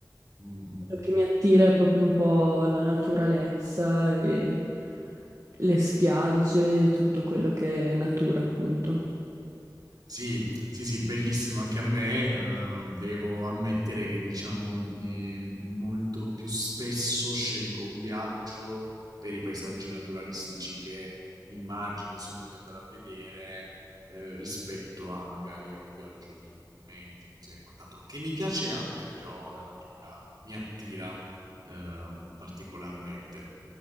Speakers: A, on the right (about 65°); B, on the right (about 45°).
A: Mh-mh.
B: Quello che mi attira è proprio un po' la naturalezza e le spiagge e tutto quello che è natura, appunto.
A: Sì, sì, sì, bellissimo anche a me. ehm, devo ammettere che, diciamo, eh, molto più spesso scelgo un viaggio per i paesaggi naturalistici che mi immagino, sogno di andare a vedere, eh, rispetto a magari a un viaggio di monumenti, musei e quant'altro, che mi piace anche, però la natura mi attira, ehm, particolarmente.